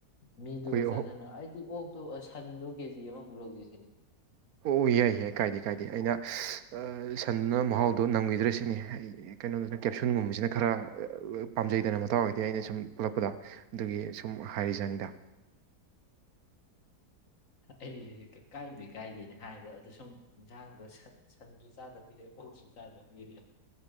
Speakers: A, on the left (about 55°); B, on the right (about 70°).
A: ꯃꯤꯗꯨꯒ
B: ꯑꯩꯈꯣꯏ
A: ꯆꯥꯟꯅꯅꯨ
B: ꯑꯍꯨꯝ
A: ꯑꯩ ꯎꯝ ꯑꯣꯛꯇꯣ ꯁꯟꯗꯣ ꯀꯦꯖꯤ ꯑꯃꯃꯨꯛ ꯂꯧꯖ ꯁꯤꯅꯦ
B: ꯑꯣ ꯌꯥꯏ ꯌꯥꯏ ꯀꯥꯏꯗꯦ ꯀꯥꯏꯗꯦ ꯑꯩꯅ ꯑ ꯁꯟꯗꯨꯅ ꯃꯍꯥꯎꯗꯣ ꯅꯝꯈꯤꯗ꯭ꯔ ꯁꯤꯅꯤ ꯑꯩ ꯀꯩꯅꯣꯗꯨꯅ ꯀꯦꯞꯁꯨꯟꯒꯨꯝꯕꯁꯤꯅ ꯈꯔ ꯄꯥꯝꯖꯩꯗꯅ ꯃꯇꯥꯎ ꯑꯣꯏꯗꯤ ꯑꯩꯅ ꯁꯨꯝ ꯄꯜꯂꯛꯄꯗ ꯑꯗꯨꯒꯤ ꯁꯨꯝ ꯍꯥꯏꯔꯤꯖꯥꯅꯤꯗ
A: ꯑꯩ ꯀꯥꯏꯗꯦ ꯀꯥꯏꯗꯦꯅꯦ ꯍꯥꯏꯕ ꯑꯗꯨ ꯁꯨꯝ ꯏꯟꯁꯥꯡꯗꯣꯟ ꯁꯟꯁꯨ ꯆꯥꯗꯕꯣꯏꯔꯦ ꯑꯣꯛꯁꯨ ꯆꯥꯗꯕꯣꯏꯔꯦ